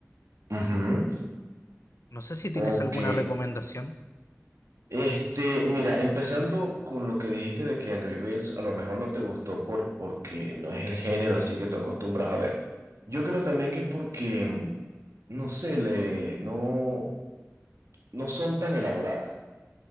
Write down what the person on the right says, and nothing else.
Ujú.
Ok.
Este, mira, empezando con lo que dijiste de que Angry Birds a lo mejor no te gustó por, porque no es el género así que tú acostumbras a ver. Yo creo también que es porque, mm, no sé, le, no, no son tan elaboradas